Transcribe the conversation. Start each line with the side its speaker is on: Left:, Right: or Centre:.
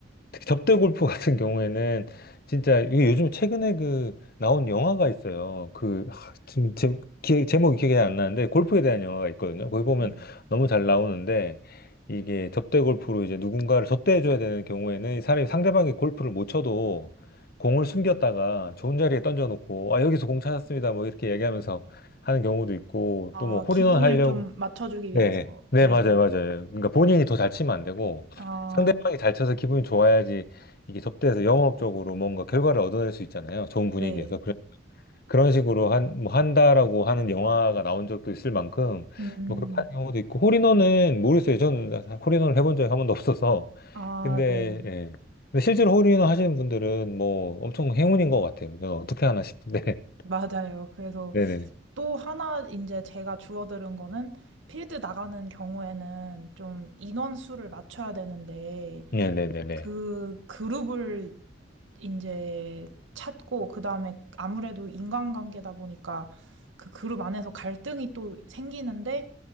Left: 특히 접대 골프 <laughs> 같은 경우에는 진짜 이게 요즘 최근에 그 나온 영화가 있어요. 그 하, 지금 제, 기 제목이 기억이 안 나는데 골프에 대한 영화가 있거든요. 거기 보면
Right: 네.
Left: 너무 잘 나오는데 이게 접대 골프로 이제 누군가를 접대해 줘야 되는 경우에는 이 사람이 상대방이 골프를 못 쳐도 공을 숨겼다가 좋은 자리에 던져놓고 아 여기서 공 찾았습니다 뭐 이렇게 얘기하면서 하는 경우도 있고
Right: 아,
Left: 또 뭐 홀인원
Right: 기분을
Left: 하려고
Right: 좀 맞춰주기
Left: 네,
Right: 위해서.
Left: 네,
Right: 네.
Left: 맞아요, 맞아요. 그러니까 본인이 더 잘 치면 안 되고
Right: 아,
Left: 상대방이 잘 쳐서 기분이 좋아야지 이게 접대해서 영업적으로 뭔가 결과를 얻어낼 수 있잖아요. 좋은 분위기에서.
Right: 네.
Left: 그런, 그런 식으로 한, 뭐 한다라고 하는 영화가 나온 적도 있을 만큼
Right: 음.
Left: 뭐 그렇게 하는 경우도 있고 홀인원은 모르겠어요. 저는 홀인원을 해본 적이 한 번도 없어서.
Right: 아,
Left: 근데,
Right: 네.
Left: 예. 근데 실제로 홀인원 하시는 분들은 뭐 엄청 행운인 것 같아요. 저는 어떻게 하나 싶은데.
Right: 맞아요. 그래서
Left: <laughs> 네네.
Right: 또 하나 이제 제가 주워들은 거는 필드 나가는 경우에는 좀 인원수를 맞춰야 되는데
Left: 네네네네.
Right: 그 그룹을 이제 찾고 그다음에 아무래도 인간관계다 보니까 그 그룹 안에서 갈등이 또 생기는데